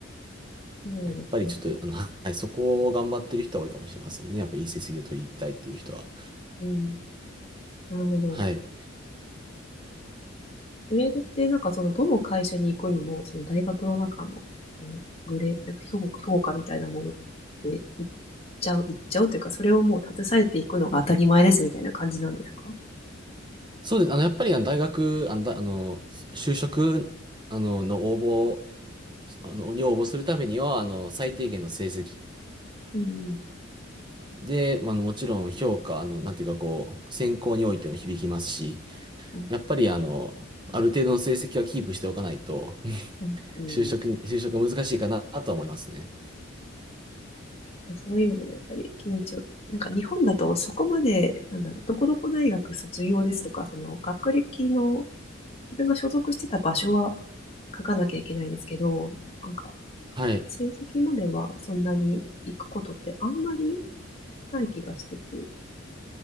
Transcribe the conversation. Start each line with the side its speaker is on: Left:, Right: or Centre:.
Left: そうですね。
Right: やっぱりちょっと、あの、はい、そこを頑張ってる人は多いかもしれませんね。やっぱりいい成績を取りたいっていう人は。
Left: うん、なるほど。
Right: はい。
Left: グレードってなんかそのどの会社に行くにも、その大学の中の、うんグレー、なんか評、評価みたいなものって行っちゃう、行っちゃうというか、それをもう携えていくのが当たり前ですみたいな感じなんですか
Right: そうです。あの、やっぱりあの大学、あの、だあの就職、あの、の応募あの、に応募するためには、あの、最低限の成績
Left: うんうん。
Right: で、まあ、あの、もちろん評価、あの、なんていうかこう、選考においても響きますし、
Left: はい
Right: やっぱりあの、ある程度の成績はキープしておかないと、<laughs>
Left: はいうん。
Right: 就職に、就職が難しいかなとは思いますね。
Left: あそういう意味でもやっぱり緊張、なんか日本だとそこまで、なんだろう、どこどこ大学卒業ですとか、その学歴の自分が所属してた場所は書かなきゃいけないですけど、なんか
Right: はい。
Left: 成績まではそんなに行くことってあんまりない気がしてて。